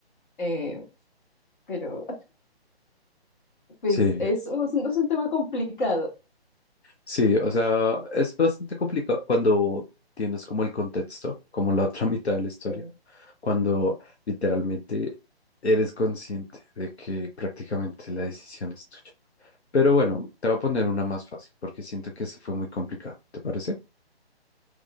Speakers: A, on the left; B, on the left.
A: Eh, pero pues
B: Sí,
A: es un, es un tema complicado,
B: sí, o sea, es bastante complicado cuando tienes como el contexto, como la otra <laughs> mitad de la historia,
A: Sí.
B: cuando literalmente eres consciente de que prácticamente la decisión es tuya. Pero bueno, te voy a poner una más fácil porque siento que se fue muy complicado, ¿te parece?